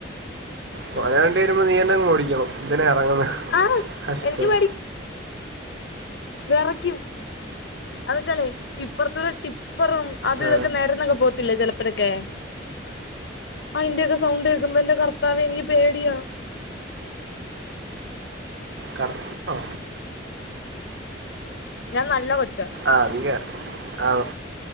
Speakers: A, on the right; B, on the left.
A: പോയാ വണ്ടി വരുമ്പോ നീ തന്നെ അങ് ഓടിക്കണം എന്തിനാ ഇറങ്ങുന്നെ
B: ആഹ്
A: കഷ്ടം
B: എനിക്ക് വിറക്കും അത് ച്ചാലേ ഇപ്പറ്ത്തു ടെ ടിപ്പറും അത്
A: ആ,
B: ഇതൊക്കെ നേരന്നൊക്കെ പോത്തില്ലേ ചിലപ്പോഴൊക്കെ ആയിന്റെയൊക്കെ സൗണ്ട് കേക്കുമ്പം ന്റെ കർത്താവെ എനിക്ക് പേടിയ
A: കർപ്പോ
B: ഞാൻ നല്ല കൊച്ച
A: അറിയ ആണോ